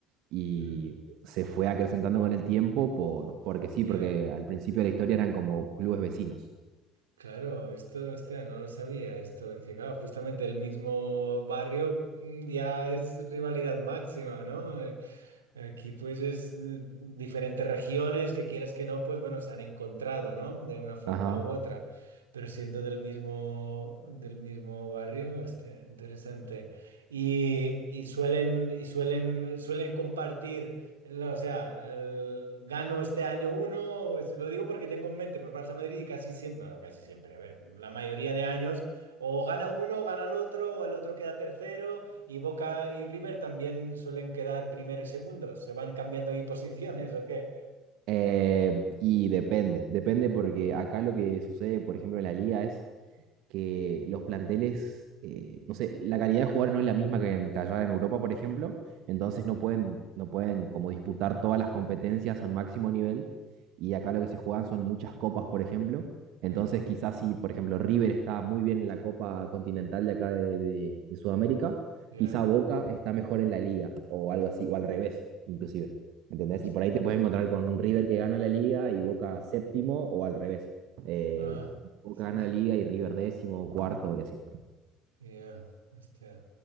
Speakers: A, on the right; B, on the right.
A: y
B: Mm,
A: se fue acrecentando con el tiempo por, porque sí,
B: Ya.
A: porque al principio de la historia eran como clubes vecinos.
B: Claro, esto, hostia, no lo sabía, esto, es que claro, justamente el mismo barrio mm, ya es rivalidad máxima, ¿no? Eh, Aquí pues es eh, diferentes regiones que quieras que no, pues bueno, se han encontrado, ¿no? De una forma
A: Ajá.
B: u otra, pero siendo del mismo, del mismo barrio, hostia, interesante. Y, y suelen, y suelen, suelen compartir. O sea, el- gano este año uno, es- lo digo porque tengo en mente, pues Barça Madrid y casi siempre, no, no, casi siempre, a ver, la mayoría de años, o gana uno, gana el otro, o el otro queda tercero, y Boca y River también suelen quedar primero y segundo, se van cambiando ahí <laughs> posiciones, ¿o qué?
A: Eh, y depende, depende porque acá lo que sucede, por ejemplo, en la liga es que los planteles, eh, no sé, la calidad de jugadores no es la misma que en, que allá en Europa, por ejemplo, entonces no pueden, no pueden como disputar todas las competencias a un máximo nivel, y acá lo que se juegan son muchas copas, por ejemplo, entonces
B: Mm,
A: quizás si, por ejemplo, River está muy bien en la Copa Continental de acá de, de de Sudamérica,
B: ya,
A: quizá Boca está mejor en la liga, o algo así, o al revés, inclusive. ¿Entendés?
B: basta.
A: Y por ahí te puedes encontrar con un River que gana la liga y Boca séptimo o al revés. Eh,
B: Ah,
A: Boca
B: sí,
A: gana
B: sí.
A: la liga y River décimo, cuarto y así.
B: Ya, este,